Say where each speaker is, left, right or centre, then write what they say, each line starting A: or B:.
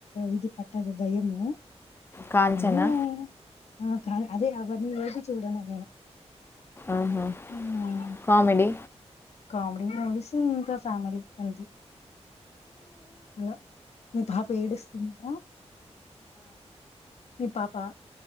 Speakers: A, on the left; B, on the left.
A: ఇది పట్టదు భయము.
B: కాంచనా
A: మాములుగా ఆ కా అదే అవిఅన్నీ చూడన నేను
B: ఆహా
A: మ్మ్.
B: కామెడి
A: కామెడీ మూవీస్, ఇంకా ఫ్యామిలీ అంతే అలో మీ పాప ఏడుస్తుందా? మీ పాపా